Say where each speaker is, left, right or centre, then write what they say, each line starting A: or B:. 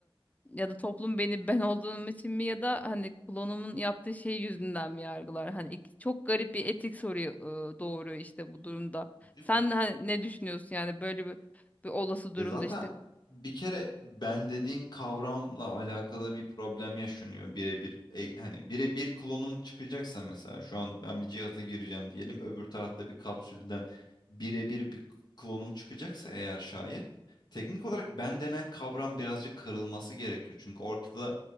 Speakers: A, on the left; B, on the left.
A: ya da toplum beni ben olduğum için mi ya da hani klonumun yaptığı şey yüzünden mi yargılar? Hani iki- çok garip bir etik soruyu eee, doğuruyor işte
B: Değil
A: bu durumda.
B: mi? Değil
A: Sen
B: mi?
A: hani ne düşünüyorsun yani böyle bir, bir olası durumda
B: Ya zaten
A: işte
B: bir kere ben dediğin kavramla alakalı bir problem yaşanıyor birebir. E, hani birebir klonum çıkacaksa mesela şu an ben bir cihaza gireceğim diyelim öbür tarafta bir kapsülden birebir bir klonum çıkacaksa eğer şayet teknik olarak ben denen kavram birazcık kırılması gerekiyor. Çünkü ortada